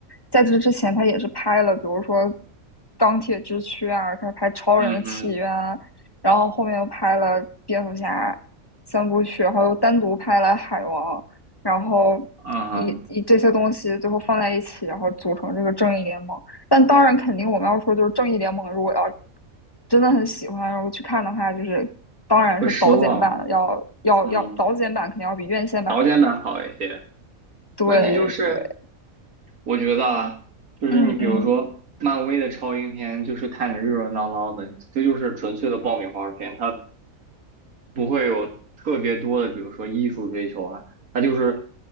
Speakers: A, on the left; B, on the right.
A: 在这之前，他也是拍了，比如说《钢铁之躯》啊，开始拍《超人的起源》
B: 嗯哼，
A: 然后后面又拍了蝙蝠侠三部曲，然后又单独拍了海王，然后
B: 嗯哼，
A: 以以这些东西最后放在一起，然后组成这个正义联盟。但当然，肯定我们要说就是正义联盟，如果要真的很喜欢，然后去看的话，就是当然是导剪版的，
B: 会失望，
A: 要要要导剪版肯定要比院线版的更
B: 嗯，导演版好一些。
A: 对对，
B: 问题就是，我觉得啊，就是你比如说漫威的超英片，
A: 嗯嗯
B: 就是看着热热闹闹的，这就是纯粹的爆米花片，它不会有特别多的，比如说艺术追求啊，它就是